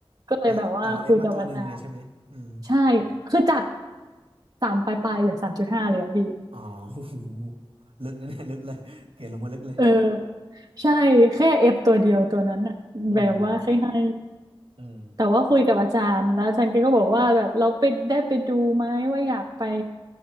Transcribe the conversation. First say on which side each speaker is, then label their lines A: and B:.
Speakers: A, on the right; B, on the right.
A: ก็เลยแบบว่าคุยกับอาจารย์
B: แต่แต่เราเอฟมาตัวหนึ่งไงใช่ไหมอืม
A: ใช่คือจากสามปลายๆเหลือสามจุดห้าเลยอะพี่
B: อ๋อ <laughs> โอ้โหลึกนะเนี่ยลึกเลยเกรดลงมาลึกเลย
A: เออใช่แค่เอฟตัวเดียวตัวนั้นอะแบบว่าให้ให้
B: อืมอืม
A: แต่ว่าคุยกับอาจารย์แล้วอาจารย์แกก็บอกว่าแบบเราไปได้ไปดูไหมว่าอยากไป